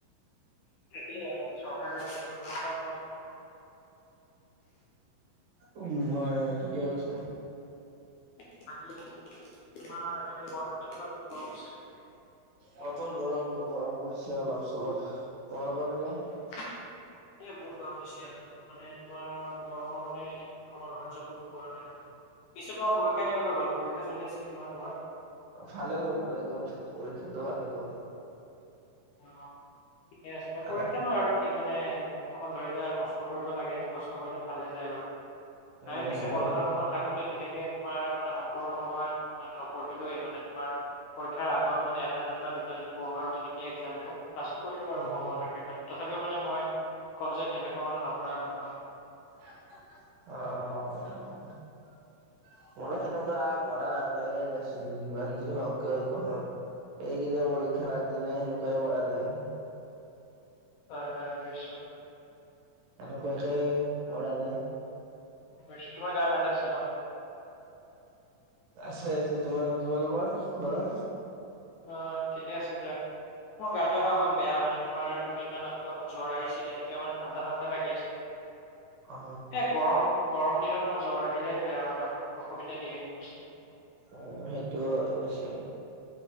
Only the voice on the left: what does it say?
এইয়া চাগাগ <unintelligible>
বাকিমাৰ <unintelligible> হে ব
অ'। এই বহুত গৰম বেছি ইয়াত, মানে তোমাৰ গৰমৰ মানে কি কম আৰু সহ্য কৰিব পৰা নাই। পিছে তোমাৰ পৰীক্ষা কেনেকুৱা গ'ল? পৰীক্ষা চলি আছিলে নহয় তোমাৰ?
অঁ ঠিকে আছিলে,
পৰীক্ষা নহয় আৰু কি মানে অকণ ধৰিলে কষ্ট কৰিব লাগে কষ্ট কৰিলে ভালে যায় আৰু।
আমি পিছে
কলেজৰ
সময়ত থাকোতে তেনেকে সে তোমাৰ মানে সম্পূৰ্ণ সময়ত মানে নপঢ়িলোয়ে মানে তোমাৰ। পৰীক্ষাৰ আগত মানে এটা দিন বা দুটা দিন পঢ়ো আৰু তেনেকে এক্সাম দিওঁ, পাছো কৰিলো বাৰু
ভগৱানৰ কৃপাত। তথাপিও মানে মই কওঁ যে তেনেক ত মানে নাপঢ়ায় ভাল ন?
হয় হয় নিছোঁ।
<inaudible> তোমাৰ গা ভালে আছে ন।
অঁ ঠিকে আছে দিয়া মোৰ গাটোহে অকণ বেয়া মানে তোমাৰ দুদিনমান আগতে অকন জ্বৰ আহিছিল এতিয়া মানে ঠাণ্ডা ঠাণ্ডা লাগি আছে।
এ গৰম গৰম দিনত মানে জ্বৰ আহিলে বেয়া মানে অকণ অসুবিধা দিয়ে সেইটো বস্তু।